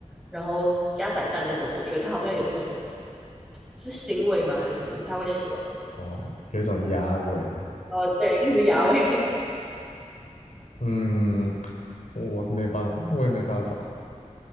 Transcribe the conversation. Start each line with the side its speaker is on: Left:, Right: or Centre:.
Centre: 然后鸭仔蛋那种，我觉得它好像有一种是腥味吗还是什么，我不太会形容。
Left: 哦，有一种鸭味。
Centre: 呃，对，<laughs> 是鸭味。<laughs>
Left: 嗯，我没办法，我也没办法。